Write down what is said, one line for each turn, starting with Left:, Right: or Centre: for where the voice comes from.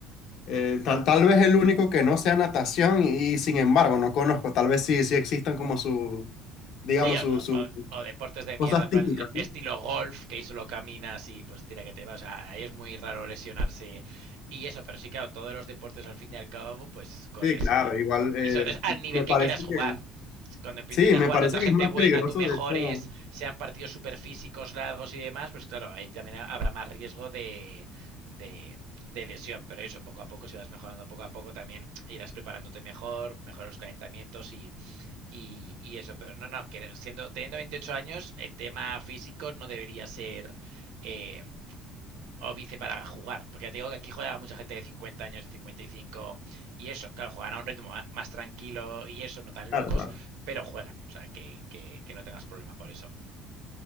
Left: eh, tal, tal vez el único que no sea natación y, sin embargo no conozco, tal vez sí, sí existan como su, digamos,
Right: Sí, o,
Left: su, su-
Right: o- o deportes de mierda,
Left: cosas
Right: plan
Left: típicas,
Right: estilo
Left: ¿no?
Right: golf, que ahí solo caminas y pues tira que te va. O sea, ahí es muy raro lesionarse y eso, pero sí, claro, todos los deportes al fin y al cabo, pues corres.
Left: Sí, claro,
Right: eh,
Left: igual eh,
Right: Y sobre todo es al nivel
Left: me
Right: que
Left: parece
Right: quieras jugar.
Left: que,
Right: Cuando empieces
Left: sí,
Right: a
Left: me
Right: jugar
Left: parece
Right: contra
Left: que
Right: gente
Left: es más
Right: buena,
Left: peligroso,
Right: tú mejores,
Left: de hecho,
Right: sean partidos super físicos, largos y demás, pues claro, ahí también ha- habrá más riesgo de, de, de lesión. Pero eso, poco a poco, si vas mejorando poco a poco, también irás preparándote mejor, mejorar los calentamientos y, y, y eso, pero no, no, que siendo, teniendo 28 años, el tema físico no debería ser eh, óbice para jugar. Porque ya te digo que aquí juega mucha gente de 50 años, de 55 y cinco, y eso. Claro, juegan a un ritmo más, más tranquilo y eso, no tan
Left: claro,
Right: locos,
Left: claro.
Right: pero juegan. O sea, que, que, que no tengas problema por eso.